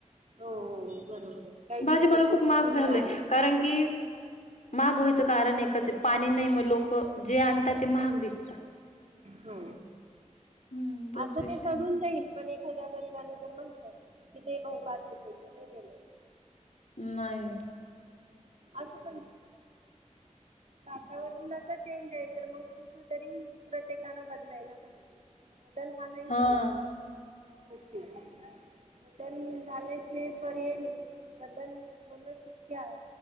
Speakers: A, on the right (about 65°); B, on the left (about 75°).
A: हो हो बरोबर आहे काहीच
B: भाजीपाला
A: दिसत नाही
B: खूप
A: पिशवी
B: महाग
A: रिकामीच
B: झालंय कारण की महाग व्हायचं कारण एकच पाणी नाही मग लोक जे आणतात ते महाग विकत
A: हो.
B: हं, तोच
A: असं
B: विषय
A: ते चढून
B: आहे.
A: जाईल पण एखाद्या गरिबाने जर म्हंटलं कि दे भाऊ पाच रुपय त नाही देणार.
B: नाही.
A: असं पण वातावरणाचा चेंज आहे. तर मग कुठ तरी प्रत्येकान बदलायला पाहिजे. डल हा नाईचयं
B: हां,
A: हं तेच कि बदल झाल्यशी पर्याय नाही पण बदल होण शक्य आ